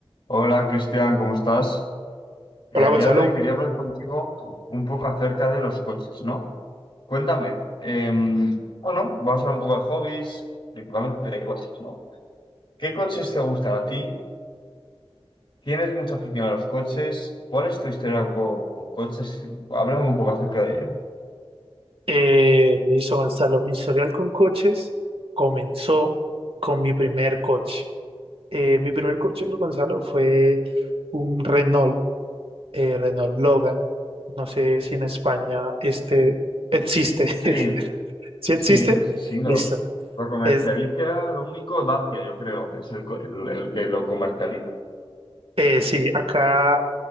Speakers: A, on the left (about 55°); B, on the right (about 65°).
A: Hola Cristian, ¿cómo estás? el
B: Hola Gonzalo,
A: día de hoy quería hablar contigo un poco acerca de los coches, ¿no? Cuéntame, em, bueno, vamos a hablar un poco de hobbies, principalmente de coches, ¿no? ¿Qué coches te gustan a ti? ¿Tienes mucha afición a los coches? ¿Cuál es tu historia un poco con coches? Háblame un poco acerca de ello.
B: Eh, le hizo Gonzalo mi historial con coches, comenzó con mi primer coche. Eh, mi primer coche, Gonzalo, fue un Renault, eh, Renault Logan. No sé si en España este existe.
A: Sí,
B: <laughs> Si existe,
A: sí, sí, sí, lo,
B: listo.
A: lo comercializa,
B: Es
A: lo único, Dacia, yo creo, es el, co- el- el que lo comercializa.
B: Eh, sí, acá,